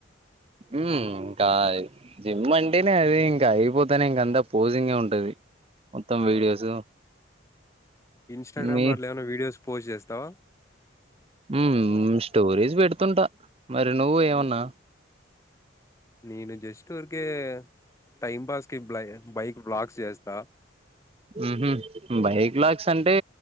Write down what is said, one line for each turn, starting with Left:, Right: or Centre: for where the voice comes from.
Right: హుమ్ ఇంకా జిమ్ అంటేనే అది ఇంకా అయిపోతానే ఇంక అంతా పోజింగ్ గే ఉంటది మొత్తం వీడియోస్
Left: ఇన్స్టాగ్రామ్
Right: మీ
Left: లో అట్లా ఏమైన్నా వీడియోస్ పోస్ట్ చేస్తావా
Right: హుమ్ స్టోరీస్ పెడుతుంటా మరి నువ్వు ఏమన్నా
Left: నేను జస్ట్ ఊరికే టైం పాస్ కి బ్లై బైక్ వ్లోగ్ చేస్తా
Right: ఉహు బైక్ వ్లాగ్స్ అంటే